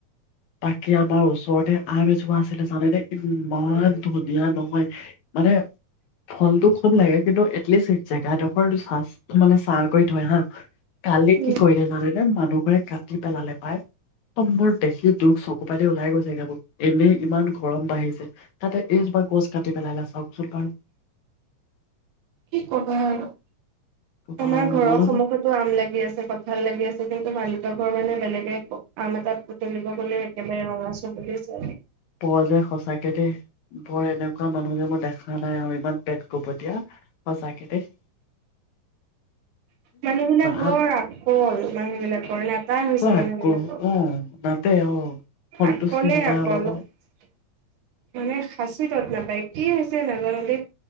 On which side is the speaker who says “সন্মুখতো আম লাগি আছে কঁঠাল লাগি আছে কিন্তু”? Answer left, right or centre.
Right